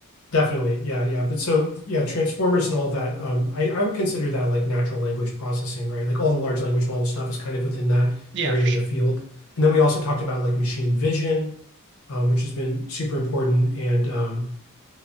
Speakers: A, on the left; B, on the right.
A: Definitely. Yeah, yeah. But so yeah, transformers and all of that, um, I, I would consider that like natural language processing, right? Like all the large language model stuff is kind of within that
B: Yeah,
A: area
B: for sure.
A: of the field. And then we also talked about like machine vision, um, which has been super important, and um,